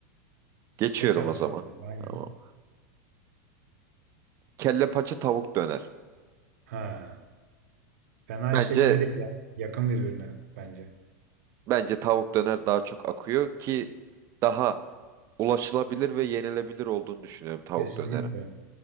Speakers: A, on the right; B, on the right.
A: Geçiyorum
B: Seç adamı.
A: o zaman.
B: Aynen.
A: Tamam. Kelle paça tavuk döner.
B: Ha. Fena
A: Bence
B: eşleşme değil ya. Yakın birbirine bence.
A: bence tavuk döner daha çok akıyor ki daha ulaşılabilir ve yenilebilir olduğunu düşünüyorum tavuk
B: Kesinlikle.
A: döneri.